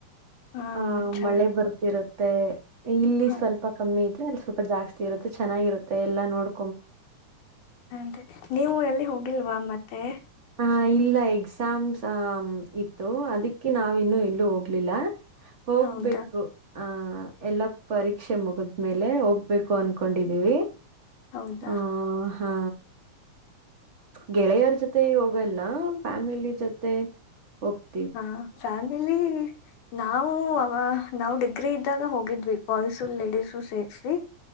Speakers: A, on the left (about 75°); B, on the right (about 35°).
A: ಹಾ
B: ಆ
A: ಮಚ್ಚಾ
B: ಮಳೆ ಬರ್ತಿರು ಮತೇ ಇಲ್ಲಿ
A: ಹಾ
B: ಸ್ವಲ್ಪ ಕಮ್ಮಿ ಇದ್ರೆ ಅಲ್ಲಿ ಸ್ವಲ್ಪ ಜಾಸ್ತಿ ಇರುತ್ತೆ ಚನ್ನಾಗಿರುತ್ತೆ ಎಲಾ ನೋಡ್
A: ಅ ನೀವು ಎಲ್ಲಿ ಹೋಗಿಲ್ವಾ ಮತ್ತೆ.
B: ಹಾ ಇಲ್ಲ ಎಕ್ಸಾಮ್ಸ್. ಹ ಇತ್ತು ಅದಿಕ್ಕೆ ನಾವಿನ್ನುೂ ಎಲ್ಲೂ ಹೋಗ್ಲಿಲ್ಲ ಹೋಗ್ಬೇಕು.
A: ಹೌದಾ
B: ಆಹ ಎಲ್ಲ ಪರೀಕ್ಷೆ ಮುಗದ್ಮೇಲೆ ಹೋಗ್ಬೇಕು ಅನ್ಕೊಂಡಿದೀವಿ.
A: ಹೌದಾ
B: ಹಾ. ಹಾ ಗೆಳೆಯರ ಜೊತೆ ಹೋಗಲ್ಲ ಫ್ಯಾಮಿಲಿ ಜೊತೆ. ಜೊತೆ ಹೋಗ್ತೀನಿ
A: ಹಾ ಫ್ಯಾಮಿಲಿ. ನಾವು ಅವ ನಾವು ಡಿಗ್ರಿ ಇದ್ದಾಗ ಹೋಗಿದ್ವಿ ಬಾಯ್ಸು ಲೇಡೀಸು ಸೇರ್ಸಿ.